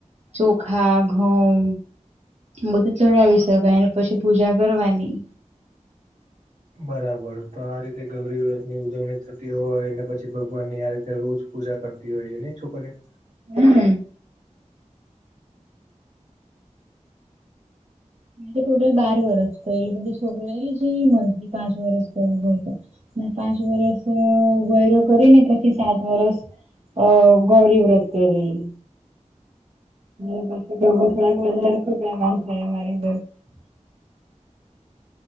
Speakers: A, on the right; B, on the right.
A: ચોખા ઘઉં બધું ચડાવી શકાય ને પછી પૂજા કરવાની
B: બરાબર તો આ રીતે ગૌરી વ્રતની ઉજવણી થતી હોય ને પછી ભગવાનની આ રીતે રોજ પૂજા કરતી હોય છે ને એ છોકરયા?
A: હમ્મ. મને તો ટોટલ બાર વરસ હોય છોકરીલે જે પાંચ વરસ કર હોય તો. હું પાંચ વરસ ગયરો કરીને પછી સાત વરસ અ ગૌરી વ્રત કરેલી. <inaudible> મારી <unintelligible>